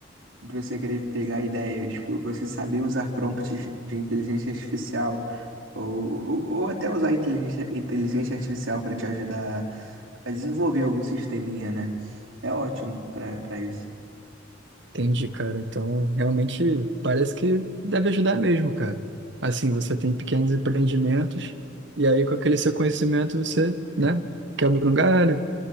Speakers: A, on the right (about 80°); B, on the right (about 65°).
A: de você querer pegar ideias, tipo, você saber usar prompts de inteligência artificial ou, ou, ou até usar inteligência, inteligência artificial para te ajudar a desenvolver algum sisteminha, né? É ótimo para para isso.
B: Entendi, cara. Então, realmente parece que deve ajudar mesmo, cara. Assim, você tem pequenos empreendimentos e aí com aquele seu conhecimento você, né, quebra um galho,